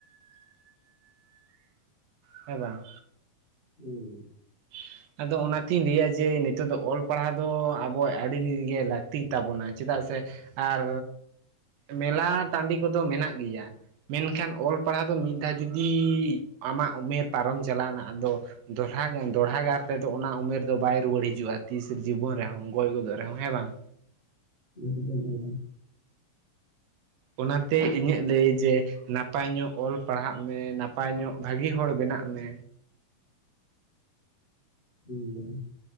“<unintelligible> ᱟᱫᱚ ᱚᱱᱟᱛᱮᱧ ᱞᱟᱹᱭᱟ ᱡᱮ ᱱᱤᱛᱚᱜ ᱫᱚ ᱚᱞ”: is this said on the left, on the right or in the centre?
Right